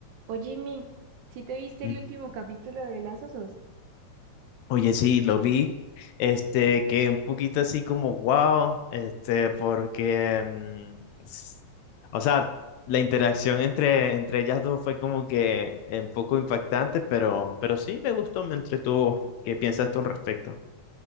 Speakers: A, on the right; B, on the left.
A: Oye, Jimmy, ¿sí te viste
B: Mm.
A: el último capítulo de Las Osos?
B: Oye, sí, lo vi. Este, que un poquito así como wow, este, porque, mm, s- o sea, la interacción entre, entre ellas dos fue como que eh, un poco impactante, pero, pero sí me gustó, me entretuvo. ¿Qué piensas tú al respecto?